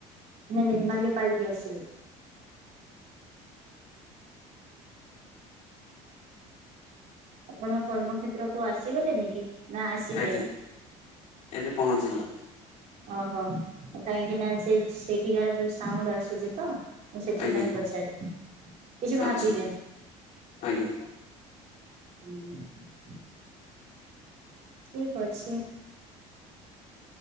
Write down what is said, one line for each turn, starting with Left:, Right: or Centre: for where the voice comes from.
Right: ମାନେ ନିର୍ମାଲ୍ୟ ପାଇକି ଆସିବେ। ଆପଣ କର୍ମକ୍ଷେତ୍ର କୁ ଆସିଗଲେନି କି? ନା ଆସିବେ
Left: ଆଜ୍ଞା ଏବେ ପହଞ୍ଚିଲି
Right: ଓହୋ ଆ କାଇଁ କି ନା ସେ ସେଇଠିକାର ଯୋଉ ସାଉଣ୍ଡ ଆସୁଛି ତ। ମୁଁ ସେଥିପାଇଁ
Left: ଆଜ୍ଞା
Right: ପଚାରିବି କିଛି ଭାବିବେନି।
Left: ଆଚ୍ଛା ଆଜ୍ଞା
Right: ହୁଁ। ଠିକ ଅଛି।